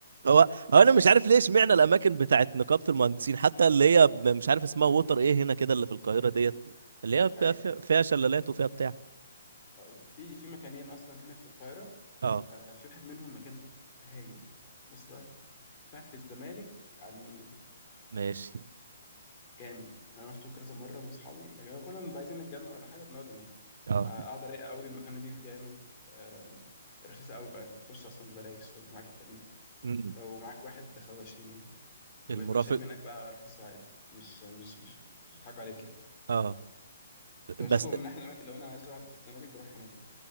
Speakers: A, on the right; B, on the left.
A: هو هو انا مش عارف ليه اشمعنى الاماكن بتاعت نقابه المهندسين حتى اللي هي ب- مش عارف اسمها ووتر ايه هنا كده اللي في القاهره ديت اللي هي بتبقى
B: ايوه
A: في- فيها شلالات وفيها بتاع
B: اقول لك في في مكانين اصلا هنا في القاهره
A: اه
B: آه، في واحد منهم مكان هايل بص بقى في واحد في الزمالك على النيل
A: ماشي
B: جامد انا رحته كذا مره انا واصحابي يعني كل ما بنبقى عايزين نتجمع ولا حاجه بنقعد هناك
A: اه
B: آه، قاعده رايقه قوي المكان نضيف جامد آه، رخيصه قوي بقى انت بتخش اصلا ببلاش لو انت معاك الكارنيه
A: أمم.
B: لو معاك واحد بتدخله 20 جنيه والمشاريب
A: المرافق
B: هناك بقى رخيصه عادي مش مش <laughs> مش بيضحكوا عليك يعني
A: اه
B: فشايفه
A: بس
B: من احلى الاماكن لو انا عايز اروح في الزمالك بروح هناك يعني.